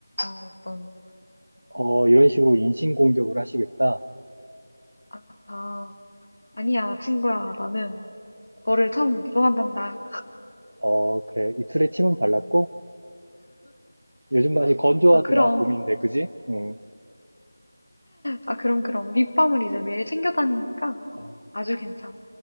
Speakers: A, on the left (about 65°); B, on the right (about 75°).
A: 어, 어떤,
B: 어, 이런 식으로 인신공격을 하시겠다.
A: 아, 아, 아니야, 친구야. 나는 너를 참 좋아한단다.
B: 어, 그래. 이틀에 침은 발랐고? 요즘 많이 건조하더라,
A: 아, 그럼.
B: 봄인데, 그지? 응.
A: 아, 그럼, 그럼. 립밤을 이제 매일 챙겨 다니니까, 어,
B: 어,
A: 아주 괜찮아.